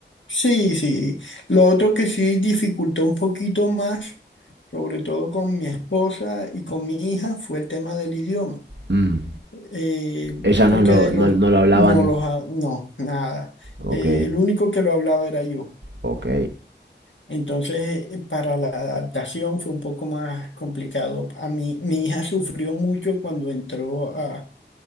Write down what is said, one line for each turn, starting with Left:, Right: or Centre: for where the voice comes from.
Left: sí, sí. Lo otro que sí dificultó un poquito más, sobre todo con mi esposa y con mi hija, fue el tema del idioma.
Right: Mm.
Left: Eh,
Right: Ellas
Left: porque
Right: no lo,
Left: de
Right: no,
Left: los...
Right: no lo hablaban.
Left: No los... ha- No, nada.
Right: Ok,
Left: Eh, el único que lo hablaba era yo.
Right: ok.
Left: Entonces, eh, para la adaptación fue un poco más complicado. A mí, mi hija <laughs> sufrió mucho cuando entró a,